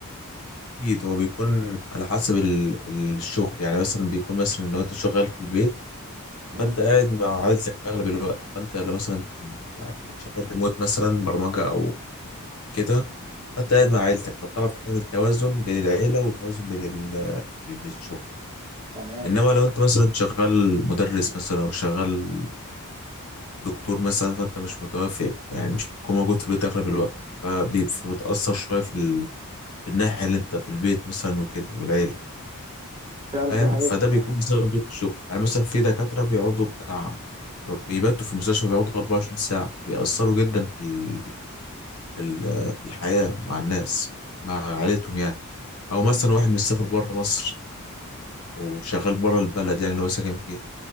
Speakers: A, on the left (about 70°); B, on the right (about 20°).
A: اكيد هو بيكون على حسب ال- الشغل يعني مثلا بيكون مثلا لو انت شغال في البيت
B: مم.
A: فانت قاعد مع عائلتك في اغلب الوقت فانت لو مثلا يعني شغال ريموت مثلا برمجة او كده فانت قاعد
B: تمام
A: مع عائلتك فبتعرف تعمل توازن بين العيلة وتوازن بين ال- بين الشغل
B: تمام
A: انما لو انت مثلا شغال مدرس مثلا او شغال دكتور مثلا فانت مش متوافق يعني مش بتكون موجود في البيت اغلب الوقت فبي- فبتأثر شوية في, ال... في الناحية اللي انت في البيت مثلا وكده والعيلة
B: فعلا
A: فاهم
B: دي حقيقة
A: فده بيكون
B: دي حقيقة
A: بسبب ضغط الشغل يعني مثلا في دكاترة بيقعدوا بتاع بيباتوا في المستشفى بيقعدوا 24 ساعة بيأثروا جدا في ال... في ال... في الحياة مع الناس مع عائلتهم يعني أو
B: مم.
A: مثلا واحد مسافر بره مصر وشغال بره البلد يعني اللي هو ساكن فيها